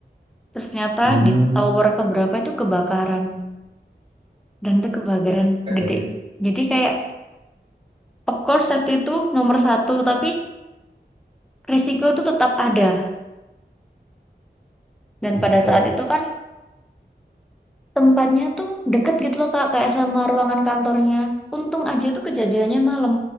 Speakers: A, in the centre; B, on the right.
A: Terus ternyata
B: Hmm.
A: di tower keberapa itu kebakaran dan itu kebakaran
B: Ya,
A: gede.
B: ya.
A: Jadi kayak of course safety itu nomor satu, tapi resiko itu tetap ada. Dan
B: Betul.
A: pada saat itu kan tempatnya tuh deket gitu loh Kak, kayak sama ruangan kantornya. Untung aja tuh kejadiannya malam.